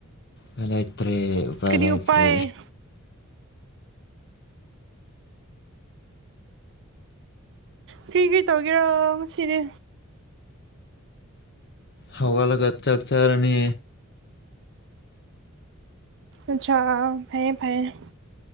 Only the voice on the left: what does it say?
ꯎꯄꯥꯏ ꯂꯧꯇ꯭ꯔꯦ ꯎꯄꯥꯏ
ꯂꯩꯇ꯭ꯔꯦ
ꯍꯧꯒꯠꯂꯒ ꯆꯥꯀ ꯆꯥꯔꯅꯤ